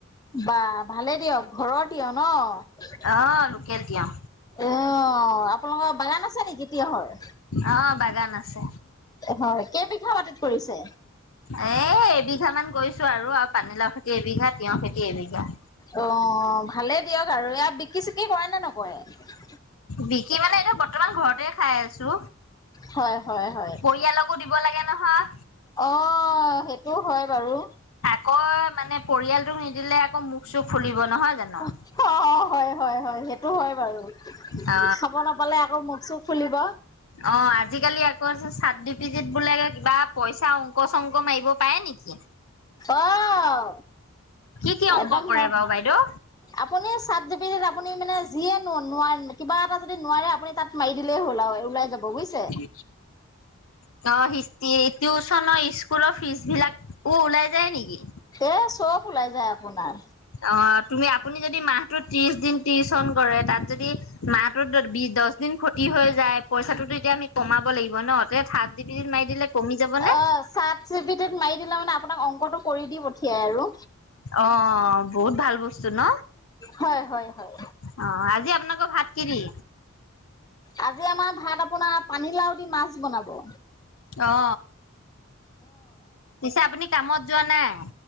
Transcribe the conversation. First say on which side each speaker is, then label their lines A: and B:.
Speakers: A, on the left (about 20°); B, on the left (about 70°).
A: বা ভালে দিয়ক ঘৰৰ তিয়হ ন।
B: অ লোকেল তিয়হ।
A: অ আপোনালোকৰ বাগান আছে নেকি তিয়হৰ?
B: অ বাগান আছে।
A: হয় কেইবিঘা মাটিত কৰিছে?
B: এই এবিঘা মান কৰিছো আৰু আও পানীলাও খেতি এবিঘা তিয়হ খেতি এবিঘা।
A: অ ভালে দিয়ক আৰু ইয়াত বিকি চিকি কৰে নে নকৰে?
B: বিকি মানে এতিয়া বৰ্তমান ঘৰতে খাই আছো।
A: হয় হয় হয়
B: পৰিয়ালকো দিব লাগে নহয়
A: অ সেইটো হয় বাৰু।
B: কয় মানে পৰিয়ালটোক নিদিলে আকৌ মুখ চোখ ফুলিব নহয় জানো।
A: অ অ হয় হয় হয় সেইটো হয় বাৰু।
B: অ
A: খাব নাপালে আকৌ মূখ চুখ ফুলিব।
B: অ আজিকালি আকৌ চাত জি পি টিত বোলে কিবা পইচা অংক শংক মাৰিব পাৰে নেকি?
A: অহ
B: কি কি অংক
A: একদম
B: কৰে
A: হে
B: বাৰু বাইদেউ?
A: আপুনি চাত জি পি টি ত আপুনি মানে যিয়ে ন কিবা এটা যদি নোৱাৰে আপুনি তাত মাৰি দিলেই হ'ল আও ওলাই যাব বুইছ
B: <unintelligible> অ হিষ্ট্ৰি টিউচন স্কুলৰ ফিজ বিলাকো ওলাই যায় নেকি?
A: এ চব ওলাই যায় আপোনাৰ।
B: অ তুমি আপুনি যদি মাহটোত ত্ৰিশ দিন টিউছন কৰে তাত যদি মাহটোত বিশ দহ দিন ক্ষতি হৈ যায় পইচাটোতো এতিয়া আমি কমাব লাগিব ন, তে চাৰ্ট জি বি টি ত মাৰি দিলে কমি যাব নে?
A: অ চাট জি বি টিত মাৰি দিলে মানে আপোনাক অংকটো কৰি দি পঠিয়াই আৰু।
B: অ অ বহুত ভাল বস্তু ন।
A: হয় হয় হয়
B: অ আজি আপোনোলোক ভাত কি দি?
A: আজি আমাৰ ভাত আপোনাৰ পানীলাও দি মাছ বনাব।
B: অ পিছে আপুনি কামত যোৱা নাই?